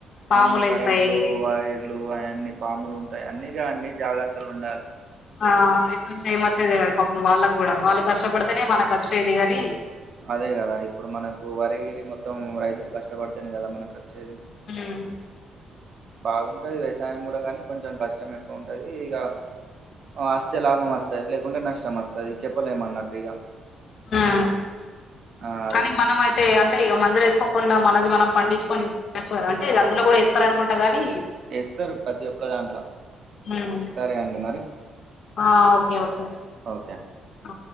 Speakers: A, on the left (about 60°); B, on the right (about 55°).
A: పాములు
B: అవును
A: వెళ్తాయి
B: కరెంట్లు వైర్లు అయన్ని పాములు ఉం. ఆయన్నీ గాన్ని జాగ్రత్తలు ఉండాలే.
A: ఆ ఎట్లా నుంచి ఏమోచ్చేది తెలువద్ పాపం వాళ్ళగుడా వాళ్ళు కష్టపడితేనే మనకచ్చేది గాని.
B: అదే గదా ఇప్పుడు మనకు వరగిరి మొత్తం రైతులు కష్టబడితేనే గదా మనకు అచ్చేది.
A: అం.
B: బాగుంటది వ్యవసాయం గూడా గనీ కొంచం కష్టం ఎక్కో ఉంటది ఇగ. అ అస్తే లాభం అస్తది లేకుంటే నష్టం అస్తది చెప్పలేమన్నట్టు ఇగ.
A: అ మ్
B: ఆ అది
A: కనీ మనం అయితే ఇగ అంతే ఇగ మందులు ఏస్. తప్పకుండా మనది మనం పండించ్చుకొని తినచ్చు అంటే ఇదీ అందులో కూడా ఏస్తారనుకుంట గానీ.
B: ఏస్తరు ప్రతి ఒక్క దాంట్ల
A: <unintelligible>
B: సరే అండి మరి
A: ఆ ఓకే ఓకే.
B: ఓకే.
A: ఆ.